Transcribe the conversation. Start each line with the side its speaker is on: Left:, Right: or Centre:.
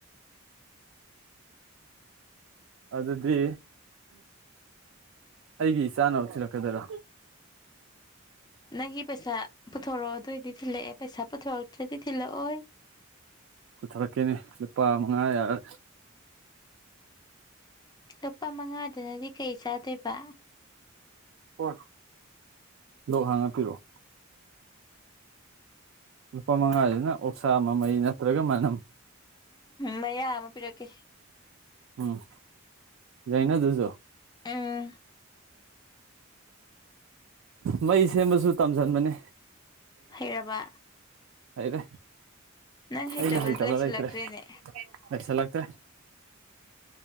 Right: ꯑꯗꯨꯗꯤ꯫ ꯑꯩꯒꯤ ꯏꯆꯥꯅꯕ ꯊꯤꯜꯂꯛꯀꯗꯣꯏꯔꯥ꯫
Left: ꯅꯪꯒꯤ ꯄꯩꯁꯥ ꯄꯨꯊꯣꯔꯛꯑꯣ ꯑꯗꯣꯏꯗꯤ ꯊꯤꯜꯂꯛꯑꯦ ꯄꯩꯁꯥ ꯄꯨꯊꯣꯔꯛꯇ꯭ꯔꯗꯤ ꯊꯤꯜꯂꯛꯑꯣꯏ꯫
Right: ꯄꯨꯊꯣꯔꯛꯀꯦꯅꯦ ꯂꯨꯄꯥ ꯃꯉꯥ ꯌꯥꯔ꯫
Left: ꯂꯨꯄꯥ ꯃꯉꯥꯗꯨꯅꯗꯤ ꯀꯩ ꯆꯥꯗꯣꯏꯕ꯫
Right: ꯑꯣ ꯂꯣꯛ ꯍꯥꯡꯉꯄꯤꯔꯛꯑꯣ꯫ ꯂꯨꯄꯥ ꯃꯉꯥꯁꯤꯅ ꯑꯣꯛꯁꯥ ꯃꯃꯩ ꯅꯠꯇ꯭ꯔꯒ ꯃꯅꯝ
Left: ꯃꯌꯥ ꯑꯃ ꯄꯤꯔꯛꯀꯦ
Right: ꯎꯝ ꯌꯥꯏꯅ ꯗꯨꯖꯨ
Left: ꯎꯝ
Right: ꯃꯩ ꯁꯦꯝꯕꯁꯨ ꯇꯝꯖꯟꯕꯅꯦ
Left: ꯍꯩꯔꯕ
Right: ꯍꯩꯔꯦ
Left: ꯅꯪ ꯍꯩꯇꯕ
Right: ꯑꯩꯅ ꯍꯥꯏꯇꯕ
Left: ꯂꯩꯁꯤꯜꯂꯛꯇ꯭ꯔꯦꯅꯦ
Right: ꯂꯩꯇ꯭ꯔꯦ ꯂꯩꯁꯟꯂꯛꯇ꯭ꯔꯦ